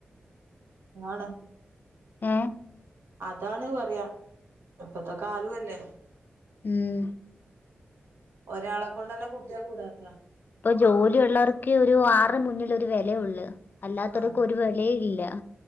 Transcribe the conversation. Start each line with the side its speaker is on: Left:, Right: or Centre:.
Right: ആണ്
Left: ഏഹ്
Right: അതാണ് പറയാ ഇപ്പത്തെ കാലു അല്ലെ
Left: ഉം
Right: ഒരാളെ കൊണ്ട്ന്നെ കൂട്ടിയ കൂടാത്താ
Left: ഇപ്പോ ജോലിള്ളവർക്കെ ഒരു ആറെമുന്നിലോരു വേലയോള്ളു, അല്ലാത്തോര്ക്ക്
Right: ആഹ്
Left: ഒരു വേലെ ഇല്ല